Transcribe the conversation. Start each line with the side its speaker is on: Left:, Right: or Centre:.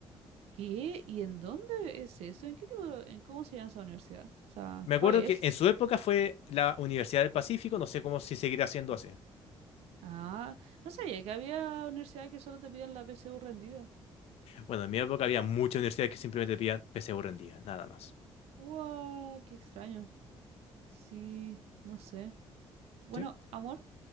Right: ¿Qué? ¿Y en dónde es eso? ¿En qué tipo, en cómo se llama esa universidad? O sea,
Left: Me
Right: ¿cuál
Left: acuerdo
Right: es?
Left: que en su época fue la Universidad del Pacífico, no sé cómo si seguirá siendo así.
Right: Ah, no sabía que había universidades que solo te piden la PSU rendida.
Left: Bueno, en mi época había muchas universidades que simplemente pedían PSU rendida, nada más.
Right: ¡Wow! ¡Qué extraño! Sí, no sé. Bueno,
Left: ¿Sí?
Right: amor.